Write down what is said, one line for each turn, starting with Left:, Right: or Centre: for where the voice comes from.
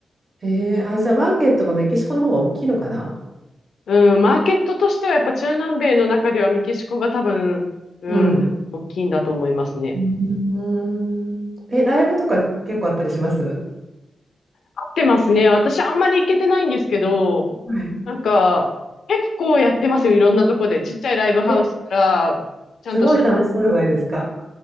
Right: へえ。あ、じゃあマーケットがメキシコの方が大きいのかな。
Left: うん、マーケットとしてはやっぱ中南米の中ではメキシコが多分、うん、
Right: うん。
Left: 大きいんだと思いますね。
Right: うん。え、ライブとか結構あったりしますは
Left: 合ってますね。私あんまり行けてないんですけど、
Right: い。
Left: なんか、結構やってますよ。いろんなとこで。ちっちゃいライブハウスから、
Right: え、
Left: ちゃんとした、
Right: すごい楽しそうじゃないですか。